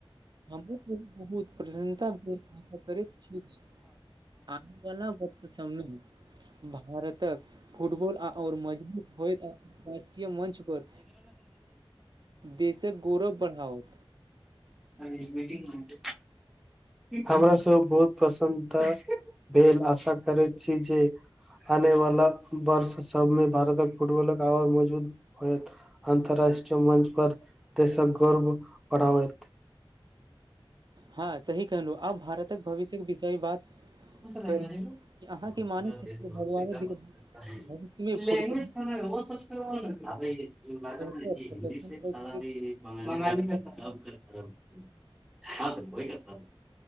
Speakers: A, on the right; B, in the centre.
A: हमरो बहुत प्रसन्नता भेल करेत छी जे आरो नव वर्ष सबमे भारतक फुटबॉल आ आओर मजबूत होएत राष्ट्रीय मंच पर देशक गौरव बढ़ाओत।
B: अभी मिटिंग मे हेतै हमरा सभ बहुत पसन्नता भेल आशा करैत छी जे आने वाला वर्ष सबमे भारतक फुटबॉलक आओर मजबूत होयत। अन्तर्राष्ट्रीय मंच पर देशक गौरव बढ़ावैत
A: हँ सही कहलू आब भारतक भविष्यकेँ विषय बात
B: <inaudible>
A: करी कि अहाँके मानै छै भगवाने बिल
B: <inaudible>
A: भविष्यमे फुटबॉल
B: <inaudible>
A: बेहतर प्रदर्शन क सक
B: <inaudible>